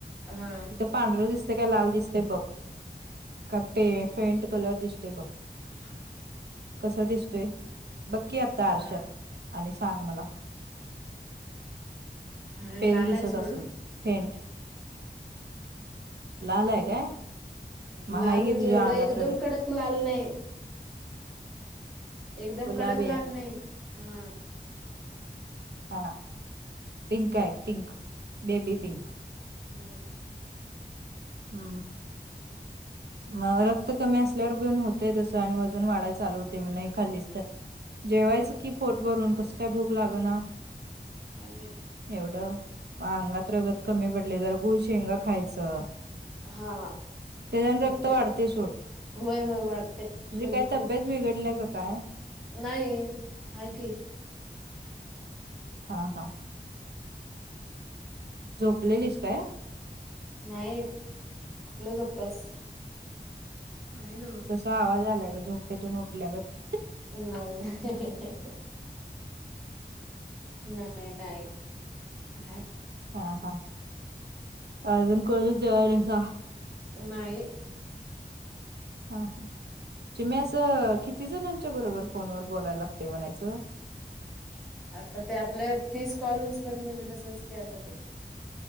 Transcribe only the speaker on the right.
पांढरं दिसते काय लाल दिसते बघ का पे फेंट कलर दिसते बघ.
कस दिसतोय बघकी आता आरशात
आणि सांग मला
पेल
दिसत
असेल फेंट लाल आहे काय?
मग हाय
घे तुझ्या
अंगात
रगत
गुलाबी
आहे
हा पिंक आहे पिंक बेबी पिंक
हा. म रक्त कमी असल्यावर बेऊन होते तसं आणि अजून वाढा चालू होते म्ह नाही खाल्लीच तर जेवायचं
की पोट भरून कस काय भूक लागना.
एवढं अंगात रगत कमी पडले जरा गुळ शेंगा खायचं.
त्याच्यान
रक्त वाढते सोड
तुझी
काय तब्येत बिघडलाय का काय
हा हा. झोपलेलीस काय?
तसा आवाज आलाय ग झोपेतून उठल्या गत.
हा हा, अजून कोणी जेवाय नाहीसा.
हा हा. चीमे असं किती जणांच्या बरोबर फोन व बोलायला लागते म्हणायचं?